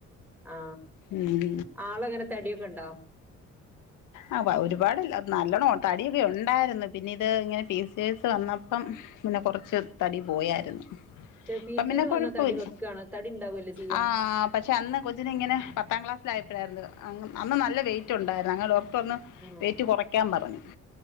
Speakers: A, in the centre; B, on the left (about 85°).
A: ആ
B: ഉം
A: ആളങ്ങനെ തടിയൊക്കെണ്ടോ
B: ആ ഒരുപാടല്ല നല്ലോണം ഒ തടിയൊക്കെ ഉണ്ടായിരുന്നു പിന്നെ ഇത് ഇങ്ങനെ പിസ്സ്സ്റ്റേസ് വന്നപ്പം പിന്നെ കൊറച്ച് തടി പോയായിരുന്നു
A: പക്ഷെ പി
B: പ്പം
A: സി
B: പിന്നെ
A: ഓടി
B: കൊഴപ്പൊല്ല
A: വന്നാ തടി വെക്കാണ് തടി ഉണ്ടാവല്ലേ ചെയ്യാ
B: ആ പക്ഷെ അന്ന് കൊച്ചിന് ഇങ്ങനെ പത്താം ക്ലാസ്സില് ആ പ്പഴായിരുന്നു അങ് അന്ന് നല്ല വെയിറ്റ് ഉണ്ടായിരു <unintelligible> ഒന്ന്
A: ആഹ്
B: വെയിറ്റ് കുറക്കാൻ പറഞ്ഞ്